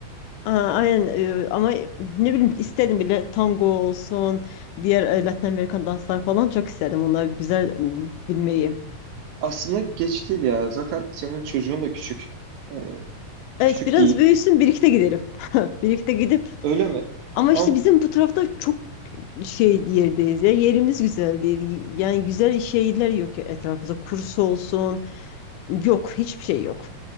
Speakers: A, on the left; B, on the right.
A: Aa, aynen e, ama ne bileyim istedim bile tango olsun diğer e, Latin Amerikan danslar falan çok istedim onları güzel m, bilmeyi.
B: Aslında geç değil ya. Zaten senin çocuğun da küçük. Ee,
A: Evet
B: küçük
A: biraz
B: değil.
A: büyüsün birlikte gidelim. <laughs> Birlikte gidip
B: Öyle mi?
A: ama
B: Ama
A: işte bizim bu tarafta çok şey yerdeyiz ya yerimiz güzel değil. Yani güzel şeyler yok ya etrafımızda kurs olsun yok hiçbir şey yok.